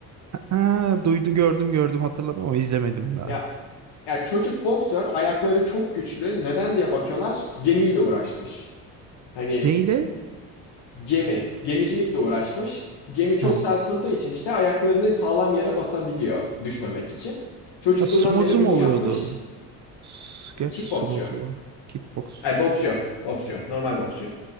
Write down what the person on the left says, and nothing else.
Ya ya çocuk boksör ayakları çok güçlü. Neden diye bakıyorlar gemiyle uğraşmış. Hani
Gemi. Gemicilikle uğraşmış. Gemi çok
sarsıldığı için işte ayaklarını sağlam yere basabiliyor düşmemek için. Çocukluğundan
beri bunu
yapmış.
Kickboksçu.
Ay boksçu. Boksçu. Normal boksçu.